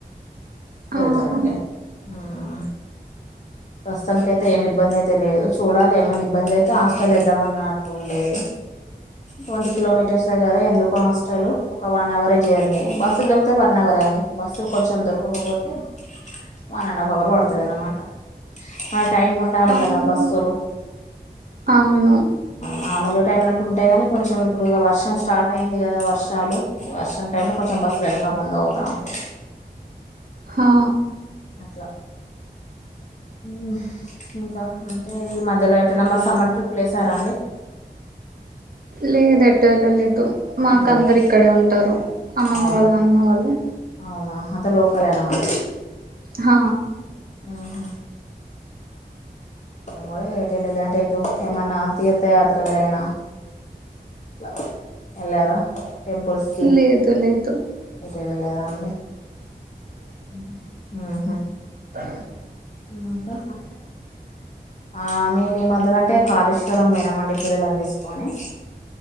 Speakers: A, on the left; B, on the right.
A: వెళ్తారండి
B: ఆహా
A: మ్ ప్రస్తుతానికి అయితే ఏమి ఇబ్బంది అయితే లేదు చూడాలి ఏమనా ఇబ్బంది అయితే హాస్టల్లో ఏద్దాం అన్నట్టు ఉండేది. ట్వంటీ కిలోమీటర్సే కదా ఎందుకు హాస్టల్? ఒక వన్ అవరె జర్నీ బస్సులు దొరికితే వన్ అవరె అండి, బస్సులు కొంచెం దొరకకపోతే వన్ అండ్ హాఫ్ అవర్ పడతది అన్నమాట. ఆ టైంకి ఉండాలి
B: ఆహా
A: కదా బస్సులు
B: అవును
A: మామూలు టైమ్ ల అంటే ఉంటాయి కాని, కొంచెం ఇప్పుడు ఇగ వర్షం స్టార్ట్ అయింది కదా వర్షాలు వర్షం టైమ్ లో కొంచెం బస్సులు వెనక ముందు అవుతా ఉంటాయి.
B: హా
A: అట్ల మ్ ఇంకా అంటే ఈ మధ్యలో ఎటన మరి సమ్మర్ ట్రిప్లు ఏసారా అండి?
B: లేదు ఎటు ఎళ్ళలేదు మాకు
A: ఇంట్లోనే
B: అందరు ఇక్కడే ఉంటారు, అమ్మమ్మ
A: అవునా
B: వాళ్ళు నానమ్మ వాళ్ళు.
A: అవునా అంతా లోకలే అన్నమా
B: హ
A: మ్హ్ మేము కూడా ఇగ ఎటు ఎల్లలా అంటే ఎటు ఏమన్నా తీర్థయాత్రలయినా ఇట్ల ఎల్లార? టెంపుల్స్ కి
B: లేదు లేదు
A: ఎటు ఎళ్లలేదా అండి? మ్ మ్హ్
B: ఆ
A: ఇంకా ఆ మేం ఈ మధ్యలో అంటే కాళేశ్వరం పోయినామండి పిల్లలని తీసుకొని